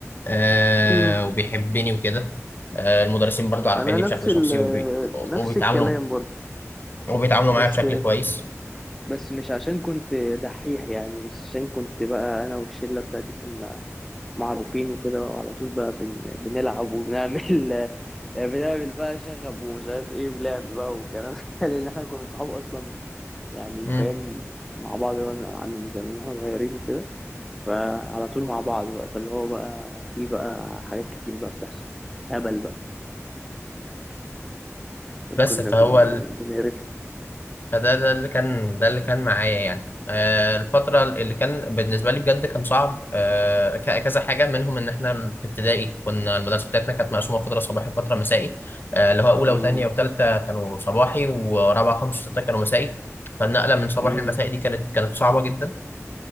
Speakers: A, on the left; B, in the centre.
A: آه،
B: اه
A: وبيحبني وكده آه، المدرسين برضو عارفيني
B: انا
A: بشكل
B: نفس ال
A: شخصي وبي-
B: نفس
A: وبيتعاملوا
B: الكلام برضه
A: وبيتعاملوا معايا
B: بس
A: بشكل كويس
B: بس مش عشان كنت دحيح يعني بس عشان كنت بقى انا والشله بتاعتي كنا معروفين وكده بقى وعلى طول بقى بن... بنلعب وبنعمل <laughs> بنعمل بقى شغب ومش عارف ايه ولعب بقى وكلام <laughs> ده، لان احنا كنا صحاب اصلا يعني
A: مم.
B: فاهم مع بعض بقى من من زمان واحنا صغيرين وكده فعلى طول مع بعض بقى فاللي هو بقى في بقى حاجات كتير بقى بتحصل هبل بقى
A: بس
B: كنا
A: فهو
B: بن... بنقرفه
A: فده ده اللي كان ده اللي كان معايا يعني آه، الفترة اللي كان بالنسبة لي بجد كان صعب آه، ك- كذا حاجة منهم إن إحنا في ابتدائي كنا المدرسة بتاعتنا كانت مقسومة فترة صباحي وفترة مسائي آه، اللي هو أولى
B: مم.
A: وتانية وتالتة كانوا صباحي ورابعة خمسة وستة كانوا مسائي فالنقلة من صباحي
B: مم.
A: لمسائي دي كانت كانت صعبة جدا